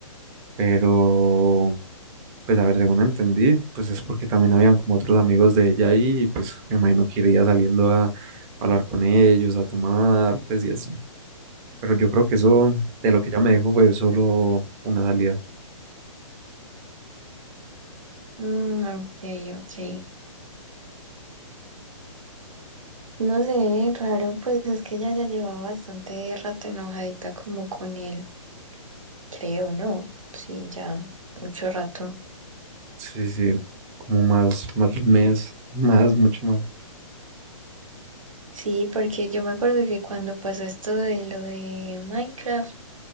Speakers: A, on the right; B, on the right.
A: Pero, pues a ver, según entendí, pues es porque también habían como otros amigos de ella ahí, y pues me imagino que iría saliendo a, hablar con ellos, a tomar, pues y así. Pero yo creo que eso, de lo que ella me dijo, fue solo una salida.
B: Mm, ok, ok. No sé, raro, pues es que ella ya llevaba bastante rato enojadita como con él, creo, ¿no? Sí, ya mucho rato.
A: Sí, sí, como más, más de un mes, más, mucho más.
B: Sí, porque yo me acuerdo que cuando pasó esto de lo de Minecraft,